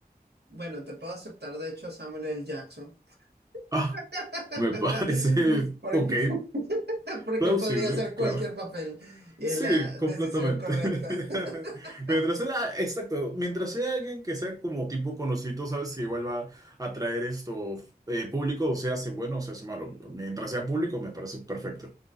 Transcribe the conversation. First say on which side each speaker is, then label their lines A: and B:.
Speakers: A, on the right; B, on the right.
A: bueno, te puedo aceptar de hecho a Samuel L. Jackson.
B: Ah,
A: <laughs>
B: me parece,
A: Porque
B: ok,
A: <laughs> <laughs> Porque
B: plausible,
A: él podría hacer cualquier
B: claro.
A: papel y
B: Sí,
A: es la
B: completamente.
A: decisión correcta.
B: <laughs>
A: <laughs>
B: Mientras sea, exacto, mientras sea alguien que sea como tipo conocido, sabes que igual va a atraer esto eh, público, o sea, hace bueno o se hace malo. Mientras sea público, me parece perfecto.